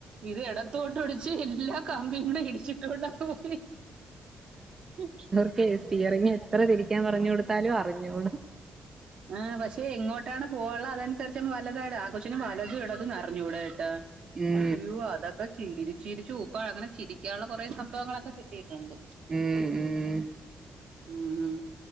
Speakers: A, on the right (about 55°); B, on the right (about 25°).
A: ഇത് എടത്തോടോടി ച്ച് എല്ലാ കമ്പിംകൂടെ ഇടിച്ചിട്ടോണ്ടാ പോയി മ്
B: ക്കെ സ്റ്റിയറിങ്ങ് എത്ര തിരിക്കാൻ പറഞ്ഞു കൊടുത്താലും അറിഞ്ഞൂടാ
A: ആഹ് പശ എങ്ങോട്ടാണ് പോവാള്ള അതനുസരിച്ച് വലതെതാ ആ കൊച്ചിന് വലതും ഇടതും അറിഞ്ഞൂടക്കെട്ടാ
B: ഉം
A: യ്യുവ്വാ അതൊക്കെ ചിരിച്ചിരിച്ച് ഊപ്പളക്ണ ചിരി ക്കാനുള്ള കൊറേ സംഭവങ്ങളൊക്കെ കിട്ടിയിട്ടുണ്ട്
B: ഉം ഉം ഉം
A: മ്